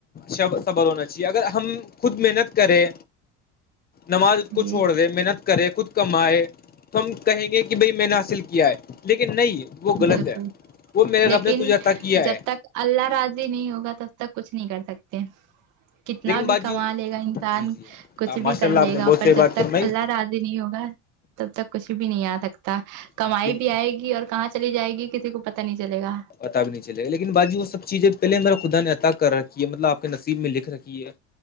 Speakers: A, on the left; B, on the right.
A: شب صبر ہونا چاہیے اگر ہم خود محنت کریں نماز کو
B: جی
A: چھوڑ دے محنت کرے خود کمائے تو ہم کہیں گے کہ بھئی میں نے حاصل کیا ہے لیکن نہیں وہ غلط
B: بالکل
A: ہے وہ میرے
B: لیکن
A: رب نے تجھے عطا کیا ہے
B: جب تک اللہ راضی نہیں ہوگا تب تک کچھ نہیں کر سکتے کتنا
A: لیکن باجی
B: بھی کما لے گا انسان
A: جی جی
B: کچھ
A: ماشاء
B: بھی کر
A: اللہ آپ
B: لے
A: نے
B: گا
A: بہت
B: پر
A: صحیح
B: جب
A: بات
B: تک
A: فرمائی
B: اللہ راضی نہیں ہوگا تب تک کچھ بھی نہیں آ سکتا کمائی
A: لیکن
B: بھی آئے گی اور کہاں چلی جائے گی کسی کو پتاہ نہیں چلےگا
A: پتا بھی نہیں چلے گا لیکن باجی وہ سب چیزیں پہلے میرے خدا نے عطا کر رکھی ہے مطلب آپ نصیب میں لکھ رکھی ہے